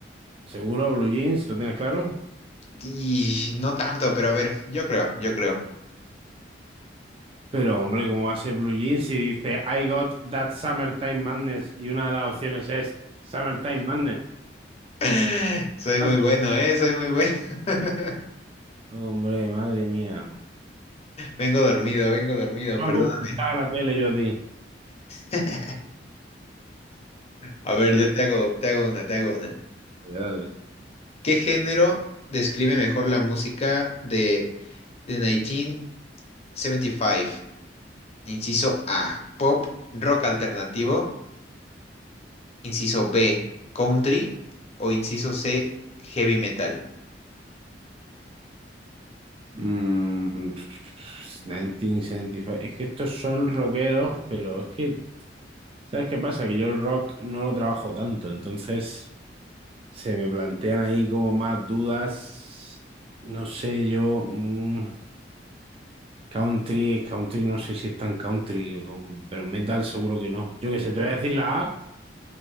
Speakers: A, on the right; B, on the left.
A: Seguro, Blue Jeans, ¿lo tienes claro?
B: Y no tanto, pero a ver, yo creo, yo creo.
A: Pero hombre, ¿cómo va a ser Blue Jeans si dice I Got That Summertime Madness y una de las opciones es Summertime Madness?
B: <laughs> Soy
A: macho?
B: muy bueno, ¿eh? Soy muy bueno. <laughs>
A: Hombre, madre mía.
B: Vengo dormido, vengo dormido,
A: me hago
B: perdóname.
A: escuchar la tele yo a ti.
B: <laughs> A ver,
A: Es
B: yo
A: verdad,
B: te hago, te hago una, te hago una.
A: dale.
B: ¿Qué género describe mejor la música de, de 1975? Inciso A, pop, rock alternativo. Inciso B, country. O inciso C, heavy metal.
A: Mm, pff, 1975. Es que estos son rockeros, pero es que, ¿sabes qué pasa? Que yo el rock no lo trabajo tanto, entonces se me plantean ahí como más dudas. No sé, yo. mm, country, country, no sé si es tan country, o- pero metal seguro que no. Yo qué sé, te voy a decir la A.